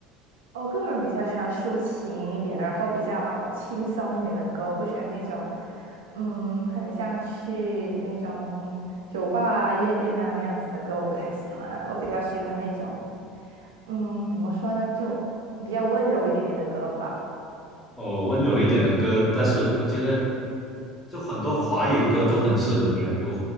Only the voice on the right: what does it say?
我个人比较喜欢抒情一点，然后比较轻松一点的歌，我不喜欢那种，嗯，很像去那种酒吧啊、夜店啊那样子的歌，我不太喜欢啊。我比较喜欢那种，嗯，怎么说呢，就比较温柔一点点的歌吧。